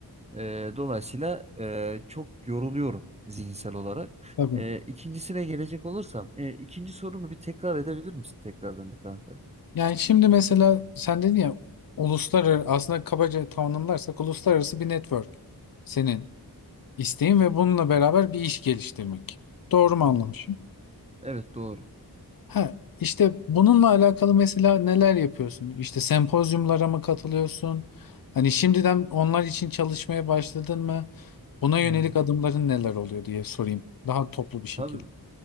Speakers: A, on the right; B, on the left.
A: Eee, dolayısıyla eee, çok yoruluyorum zihinsel olarak.
B: Tabii.
A: Eee, ikincisine gelecek olursam, eee, ikinci sorunu bir tekrar edebilir misin tekrardan bir kanka?
B: Yani şimdi mesela sen dedin ya uluslararası aslında kabaca tanımlarsak uluslararası bir network senin isteğin ve bununla beraber bir iş geliştirmek. Doğru mu anlamışım?
A: Evet. Evet doğru.
B: Ha, işte bununla alakalı mesela neler yapıyorsun? İşte sempozyumlara mı katılıyorsun? Hani şimdiden onlar için çalışmaya başladın mı? Buna yönelik
A: Hmm.
B: adımların neler oluyor diye sorayım. Daha toplu bir şekilde.
A: Tabii,